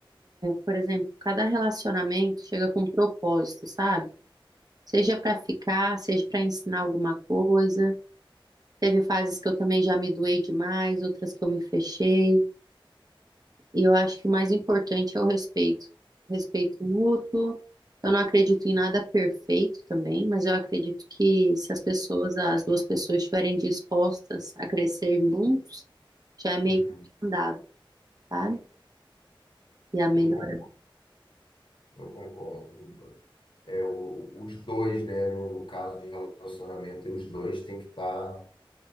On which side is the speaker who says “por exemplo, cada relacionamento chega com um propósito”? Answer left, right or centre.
Right